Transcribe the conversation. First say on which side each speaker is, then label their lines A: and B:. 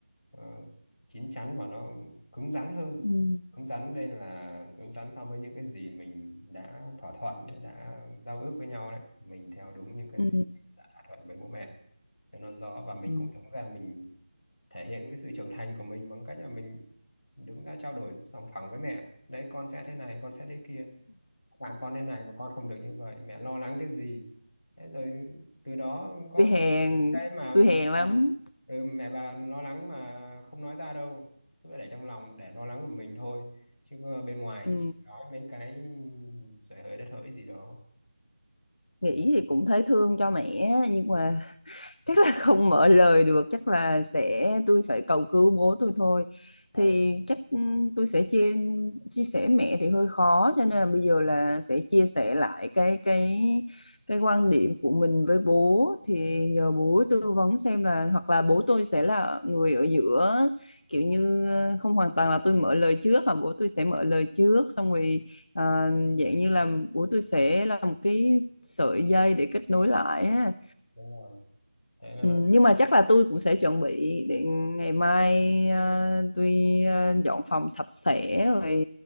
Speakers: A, on the left (about 65°); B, on the left (about 85°).
A: ờ, chín chắn và nó cứng rắn hơn
B: ừ.
A: cứng rắn đây là cứng rắn so với những cái gì mình đã thỏa thuận ấy, đã giao ước với nhau đấy mình theo đúng những cái
B: Ừ.
A: gì đã thỏa thuận với bố mẹ cho nó rõ và mình
B: Ừ.
A: cũng đứng ra mình thể hiện cái sự trưởng thành của mình bằng cách là mình đứng ra trao đổi sòng phẳng với mẹ đấy con sẽ thế này con sẽ thế kia bạn con thế này mà con không được như vậy mẹ lo lắng cái gì thế rồi từ đó có
B: tôi hèn
A: cái mà
B: tôi
A: mẹ
B: hèn
A: bà,
B: lắm
A: ừ, mẹ bà lo lắng mà không nói ra đâu cứ để trong lòng để lo lắng của mình thôi chứ có bên ngoài
B: Ừ.
A: thì chỉ nói mấy cái giời hơi đất hỡi gì đó
B: nghĩ thì cũng thấy thương cho mẹ nhưng mà chắc là không mở lời được chắc là sẽ tôi phải cầu cứu bố tôi thôi
A: ờ
B: thì chắc ừ, tôi sẽ chia chia sẻ mẹ thì hơi khó cho nên là bây giờ là sẽ chia sẻ lại cái cái cái quan điểm của mình với bố thì nhờ bố tư vấn xem là hoặc là bố tôi sẽ là người ở giữa kiểu như ờ, không hoàn toàn là tôi mở lời trước mà bố tôi sẽ mở lời trước xong rồi ờ, dạng như là bố tôi sẽ là một cái sợi dây để kết nối lại á
A: đúng rồi thế là
B: Ừ, nhưng mà chắc là tôi cũng sẽ chuẩn bị để ngày mai ờ, tôi ờ, dọn phòng sạch sẽ rồi